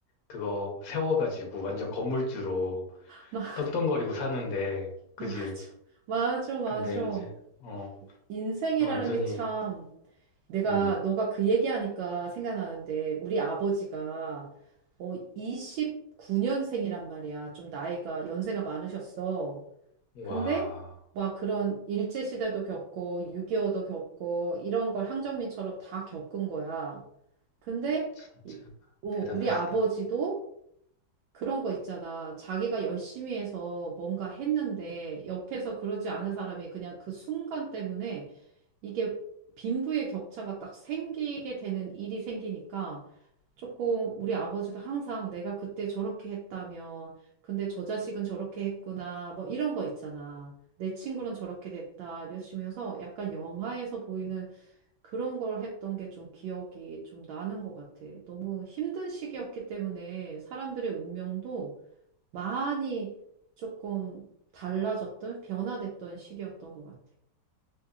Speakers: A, on the left (about 60°); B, on the right (about 85°).
A: 그거 세워가지고 완전 건물주로
B: <laughs> 맞아.
A: 떵떵거리고 사는데, 그지?
B: 맞아. 맞아, 맞아.
A: 근데 이제, 어,
B: 인생이라는
A: 완전히,
B: 게 참, 내가,
A: 음,
B: 너가 그 얘기하니까 생각나는데, 우리 아버지가, 어, 29년생이란 말이야. 좀 나이가, 연세가 많으셨어.
A: 와,
B: 근데, 막 그런 일제시대도 겪고, 6.25도 겪고, 이런 걸 항정민처럼 다 겪은 거야. 근데,
A: 진짜
B: 이- 어,
A: 대단하시다.
B: 우리 아버지도 그런 거 있잖아. 자기가 열심히 해서 뭔가 했는데 옆에서 그러지 않은 사람이 그냥 그 순간 때문에 이게 빈부의 격차가 딱 생기게 되는 일이 생기니까 조금 우리 아버지도 항상 내가 그때 저렇게 했다면 근데 저 자식은 저렇게 했구나 뭐 이런 거 있잖아. 내 친구는 저렇게 됐다 이러시면서 약간 영화에서 보이는 그런 걸 했던 게 좀 기억이 좀 나는 것 같아. 너무 힘든 시기였기 때문에 사람들의 운명도 많이 조금 달라졌던, 변화됐던 시기였던 것 같아.